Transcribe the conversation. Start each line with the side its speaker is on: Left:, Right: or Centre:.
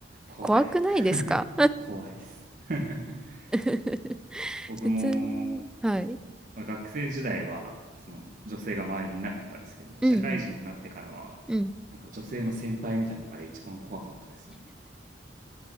Right: 怖い。
Centre: 怖くないですか
Right: <laughs> 怖いです。<laughs>
Centre: <laughs>
Right: 僕も、
Centre: 普通に。はい。
Right: まあ、学生時代はその女性が周りにいなかったですけど、
Centre: うんうん。
Right: 社会人になってからは、
Centre: うん。
Right: なんか女性の先輩みたいなのが一番怖かったですね。